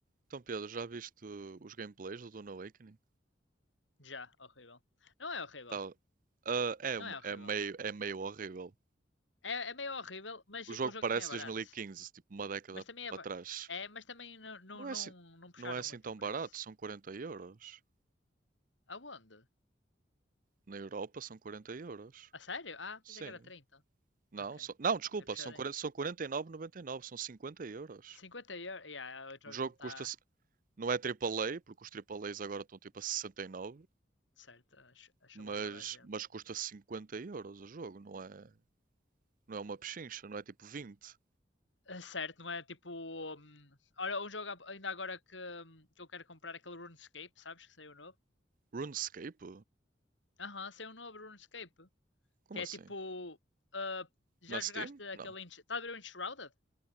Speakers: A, on the right; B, on the left.
A: Então, Pedro, já viste os gameplays do Dune Awakening?
B: Já, horrível. Não é horrível.
A: Tá, ah, é,
B: Não
A: um-
B: é horrível.
A: é meio, é meio horrível.
B: É, é meio horrível, mas
A: O jogo
B: o jogo
A: parece
B: também é
A: 2015,
B: barato.
A: tipo uma década
B: Mas também
A: para
B: é. ba-
A: trás.
B: é mas também não, não,
A: Não é assim,
B: não, não puxaram
A: não é assim
B: muito
A: tão
B: o preço.
A: barato, são 40 euros.
B: Aonde?
A: Na Europa são 40 euros.
B: A sério? Ah,
A: Sim.
B: pensei que era trinta
A: Não,
B: Ok.
A: são- não, desculpa,
B: É puxadinho.
A: são 40, são 49,99, são 50 euros.
B: cinquenta euros. Yeah, o jogo
A: O jogo
B: não está
A: custa, não é triplo A, porque os triplo A's agora estão tipo a 69,
B: certo. A, ch- a chulata
A: mas,
B: da gente.
A: mas custa 50 euros o jogo, não é, não é uma pechincha, não é tipo 20.
B: É Certo, não é tipo. hum, Olha, um jogo ab- ainda agora que, hum, que eu quero comprar é aquele RuneScape, sabes? Que saiu novo.
A: RuneScape?
B: Aham, saiu um novo RuneScape.
A: Como
B: Que
A: assim?
B: é tipo. ah, já
A: Na Steam?
B: jogaste aquele.
A: Não.
B: Ensh- Está a ver o Enshrouded?